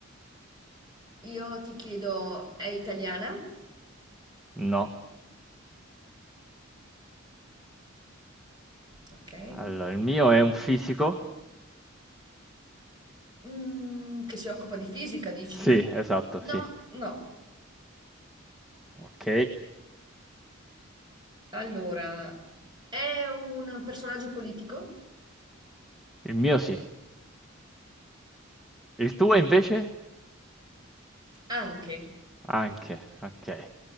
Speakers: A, on the right; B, in the centre.
A: Io ti chiedo, è italiana?
B: No.
A: Ok.
B: Allora, il mio è un fisico.
A: Mm, che si occupa di fisica, dici?
B: Sì, esatto,
A: No,
B: sì.
A: no.
B: Ok.
A: Allora, è un personaggio politico?
B: Il mio sì. Il tuo invece?
A: Anche.
B: Anche, okay.